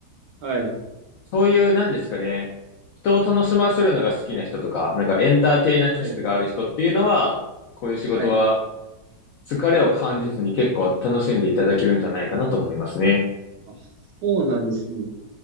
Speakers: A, on the right (about 75°); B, on the left (about 75°).
A: はい。
B: そういう、なんですかね、人を楽しませるのが好きな人とか、なんかエンターテイナー気質がある人っていうのは、
A: はい。
B: こういう仕事は
A: はい。
B: 疲れを感じずに結構楽しんでいただけるんじゃないかなと思いますね。
A: あ、そうなんですね。